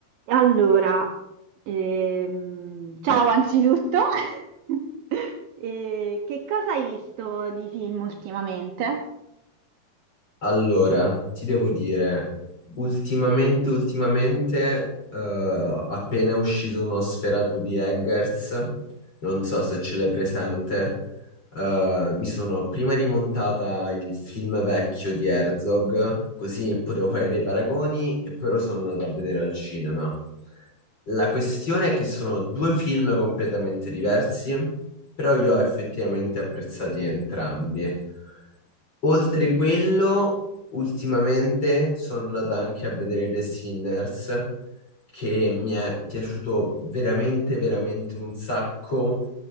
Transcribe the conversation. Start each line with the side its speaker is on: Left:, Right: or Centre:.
Right: Allora, ehm, ciao anzitutto. <laughs> Eh, che cosa hai visto di film ultimamente?
Left: Allora, ti devo dire, ultimamente, ultimamente, eh, appena è uscito uno Sferatu di Eggers, non so se ce l'hai presente, eh, mi sono prima rimontata il film vecchio di Herzog, così potevo fare dei paragoni e però sono andato a vedere al cinema. La questione è che sono due film completamente diversi, però io ho effettivamente apprezzati entrambi. Oltre quello, ultimamente sono andata anche a vedere The Sinners, che mi è piaciuto veramente, veramente un sacco